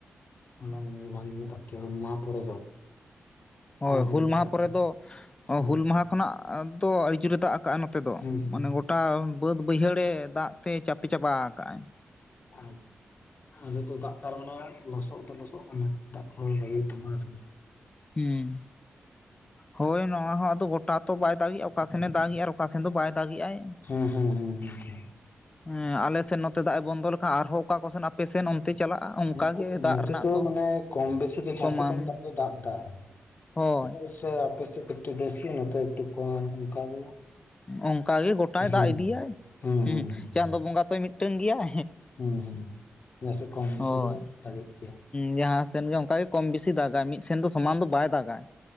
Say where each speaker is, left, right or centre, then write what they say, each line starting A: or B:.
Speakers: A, on the left; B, on the left.
A: ᱦᱚᱞᱟ <unintelligible> ᱵᱷᱟᱜᱮ ᱜᱮ ᱫᱟᱜ ᱠᱟᱜ ᱟᱭ ᱦᱩᱞᱢᱟᱦᱟ ᱯᱚᱨᱮ ᱫᱚ᱾ ᱯᱨᱟᱭ
B: ᱚ
A: ᱫᱤᱱ
B: ᱦᱩᱞ
A: ᱜᱮ
B: ᱢᱟᱦᱟ
A: ᱫᱟᱜ
B: ᱯᱚᱨᱮ
A: ᱫᱟᱭ
B: ᱫᱚ, ᱚ
A: ᱦᱩᱸ
B: ᱦᱩᱞ ᱢᱟᱦᱟ ᱠᱷᱚᱱᱟᱜ ᱫᱚ ᱟᱹᱰᱤ ᱡᱳᱨᱮ ᱫᱟᱜ ᱠᱟᱜᱼᱟ, ᱱᱚᱛᱮ ᱫᱚ
A: ᱦᱩᱸ ᱦᱩᱸ
B: ᱢᱟᱱᱮ ᱜᱚᱴᱟ ᱵᱟᱹᱫᱽ ᱵᱟᱹᱭᱦᱟᱹᱲᱮ ᱫᱟᱜ ᱛᱮ ᱪᱟᱯᱮ ᱪᱟᱵᱟ ᱠᱟᱜᱼᱟᱭ᱾
A: ᱟᱪᱪᱷᱟ᱾ ᱟᱞᱮ ᱫᱚ ᱫᱟᱜ ᱠᱟᱨᱚᱱ ᱛᱮ ᱞᱚᱥᱚᱫ ᱫᱚ ᱞᱚᱥᱚᱜ ᱠᱟᱱᱟ᱾ ᱫᱟᱜ ᱠᱚ ᱵᱷᱟᱜᱤ ᱦᱩᱭᱩᱜ ᱛᱟᱢᱟ ᱟᱨ
B: ᱦᱩᱸ ᱦᱳᱭ ᱱᱚᱣᱟ ᱦᱚᱸ ᱟᱫᱚ ᱜᱚᱴᱟ ᱛᱚ ᱵᱟᱭ ᱫᱟᱜᱮᱜᱼᱟ᱾ ᱚᱠᱟ ᱥᱮᱱᱮ ᱫᱟᱜᱮᱜ ᱟᱨᱼᱼ ᱚᱠᱟ ᱥᱮᱱ ᱫᱚ ᱵᱟᱭ ᱫᱟᱜᱮᱜᱟᱭ᱾
A: ᱦᱩᱸ ᱦᱩᱸ ᱦᱩᱸ ᱦᱩᱸ
B: ᱦᱮᱸ ᱟᱞᱮᱥᱮᱫ ᱱᱚᱛᱮ ᱫᱟᱜ ᱮ ᱵᱚᱱᱫᱚ ᱞᱮᱠᱷᱟᱱ ᱟᱨᱦᱚᱸ ᱚᱠᱟ ᱠᱚᱥᱮᱱ ᱟᱯᱮᱥᱮᱱ ᱛᱮ ᱪᱟᱞᱟᱜᱼᱟ᱾ ᱚᱱᱠᱟᱜᱮ
A: ᱦᱮᱸ
B: ᱫᱟᱜ
A: ᱱᱤᱛᱚᱜ
B: ᱨᱮᱱᱟᱜ
A: ᱫᱚ ᱢᱟᱱᱮ ᱠᱚᱢ ᱵᱮᱥᱤ ᱫᱚ ᱪᱟᱥᱮ
B: ᱥᱚᱢᱟᱱ
A: ᱛᱚ ᱫᱟᱜ ᱠᱟᱜ
B: ᱦᱳᱭ
A: ᱟᱭ᱾ ᱦᱮᱸ ᱥᱮ ᱟᱯᱮ ᱥᱮᱫ ᱠᱟᱴᱤᱡ ᱵᱮᱥᱤ ᱱᱚᱛᱚ ᱮᱠᱴᱩ ᱠᱚᱢ ᱚᱱᱠᱟ ᱜᱮ
B: ᱚᱱᱠᱟ ᱜᱮ ᱜᱚᱴᱟᱭ
A: ᱦᱩᱸ
B: ᱫᱟᱜ ᱤᱫᱤᱭᱟᱭ
A: ᱦᱩᱸ
B: ᱦᱮ
A: ᱦᱩᱸ ᱦᱩᱸ
B: ᱪᱟᱸᱫᱚ ᱵᱚᱸᱜᱟ ᱛᱚᱭ ᱢᱤᱫᱴᱟᱝ ᱜᱮᱭᱟᱭ᱾
A: ᱦᱩᱸ ᱦᱩᱸ᱾ ᱡᱟᱥᱮ ᱠᱚᱢ
B: ᱦᱳᱭ
A: ᱵᱮᱥᱤ ᱫᱚ ᱫᱟᱜᱮᱜ ᱜᱮᱭᱟ᱾
B: ᱡᱟᱦᱟᱸ ᱥᱮᱱ ᱜᱮ ᱚᱱᱠᱟᱜᱮ ᱠᱚᱢ ᱵᱮᱥᱤ ᱫᱟᱜᱟᱭ ᱢᱤᱫ ᱥᱮᱱ ᱫᱚ ᱥᱚᱢᱟᱱ ᱫᱚ ᱵᱟᱭ ᱫᱟᱜᱟᱭ